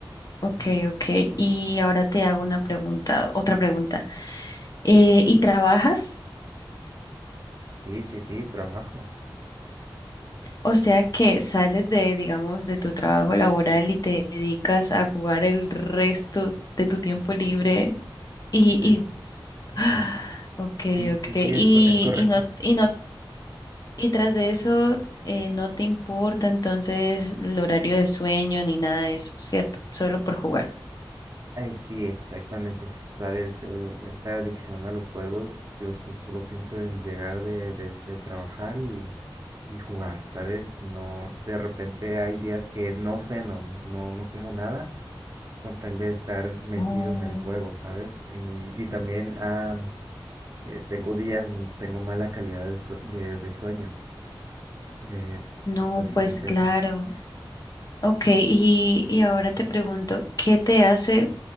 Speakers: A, on the left; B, on the right.
A: ok, ok. Y ahora te hago una pregunta, otra pregunta. Eh, ¿y trabajas?
B: Sí, sí, sí, trabajo.
A: O sea que sales de, digamos, de tu trabajo laboral y te dedicas a jugar el resto de tu tiempo libre y,
B: Es,
A: y <gasps>
B: ujú.
A: ah, okay,
B: Sí,
A: okay.
B: sí, sí, es,
A: Y,
B: co- es correcto.
A: y no, y no, y tras de eso, eh, no te importa entonces el horario de sueño ni nada de eso, ¿cierto? Solo por jugar.
B: Ay, sí, exactamente. Sabes, eh, esta adicción a los juegos, yo so- solo pienso en llegar de, de, de trabajar y, y jugar, ¿sabes? No, de repente hay días que no ceno, no, no como nada con tal de estar metido
A: Oh,
B: en el juego, ¿sabes? Y, y también ah, eh, tengo días donde tengo mala calidad de, sue- de- de sueño. eh,
A: no,
B: y pues
A: pues
B: es
A: claro.
B: eso.
A: Okay, y, y ahora te pregunto, ¿qué te hace